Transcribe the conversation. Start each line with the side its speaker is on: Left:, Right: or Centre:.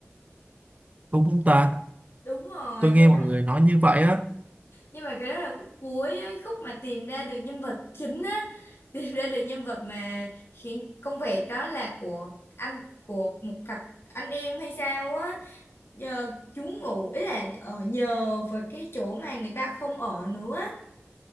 Right: đúng không ta
Left: đúng rồi
Right: tôi
Left: nhưng
Right: nghe mọi
Left: mà
Right: người nói như vậy á
Left: nhưng mà cái đó là khúc cuối ấy, khúc mà tìm ra được nhân vật chính á <laughs> tìm ra được nhân vật mà khiến công việc đó là của anh của một cặp anh em hay sao á nhờ chúng ngủ ý là ở nhờ vào cái chỗ mà người ta không ở nữa